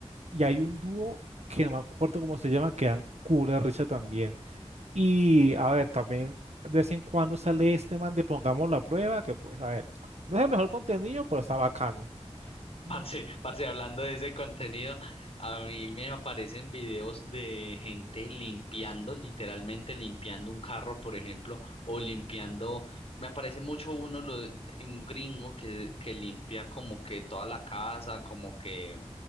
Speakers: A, on the right; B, on the left.
A: y hay un dúo que no me acuerdo cómo se llama, que dan culo de risa también. Y a ver, también de vez en cuando sale este man de Pongamos la prueba, que pues, a ver, no es el mejor contenido, pero está bacano. Mm,
B: Parce, parce, hablando de ese contenido, a mí me aparecen videos de gente limpiando, literalmente limpiando un carro, por ejemplo, o limpiando, me aparece mucho uno, lo de- un gringo que, que limpia como que toda la casa, como que